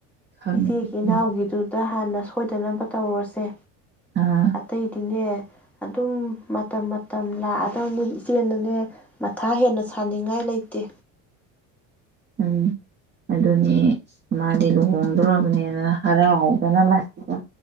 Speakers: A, on the right (about 25°); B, in the centre.
A: ꯈꯪꯗꯦ
B: ꯏꯆꯦ
A: ꯈꯪꯗꯦ
B: ꯏꯅꯥꯎꯒꯤꯗꯨꯗ ꯍꯥꯟꯅ ꯀꯣꯏꯗꯅꯕ ꯇꯧꯔꯁꯦ
A: ꯑꯥ
B: ꯑꯇꯩꯗꯤꯅꯦ ꯑꯗꯨꯝ ꯃꯇꯝ ꯃꯇꯝ ꯂꯥꯛꯑꯗꯧꯅꯤ ꯏꯆꯦ ꯅꯅꯦ ꯃꯊꯥ ꯍꯦꯟꯅ ꯁꯥꯅꯤꯡꯉꯥꯏ ꯂꯩꯇꯦ
A: ꯎꯝ ꯑꯗꯨꯅꯦ ꯃꯥꯗꯤ ꯂꯨꯍꯣꯡꯗꯣꯔꯕꯅꯤꯗꯅ ꯍꯔꯥꯎꯗꯅ ꯃꯥꯁꯤꯗ